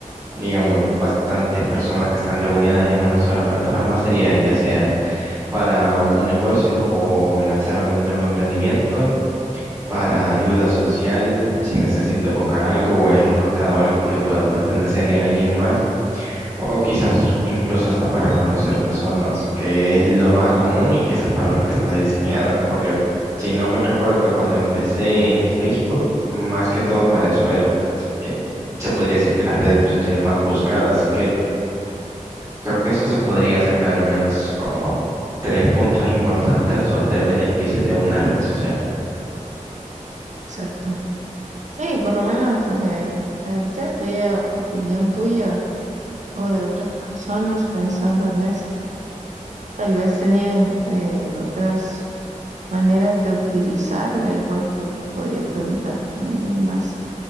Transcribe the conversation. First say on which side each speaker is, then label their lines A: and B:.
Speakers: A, on the right; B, on the right.
A: digamos, bastantes personas que están reunidas en una sola plataforma sería ya sea para un negocio o lanzar un nuevo emprendimiento, para ayuda social, si necesitas buscar algo o has encontrado algo que pueda pertenecerle a alguien más, o quizás incluso hasta para conocer personas, que es lo más común y quizás para lo que está diseñada, porque si no mal recuerdo, cuando empecé en Facebook, más que todo para eso era, que se podría decir que la red social más buscada, así que Creo que eso se podría sacar al menos como tres puntos importantes o tres beneficios de una red social.
B: Exacto. Sí, por lo menos, o sea, eh, ya quería opinión tuya o de otras personas pensando en esto. Tal vez tenían eh, otras maneras de utilizarla. Igual creo que podría preguntar con alguien más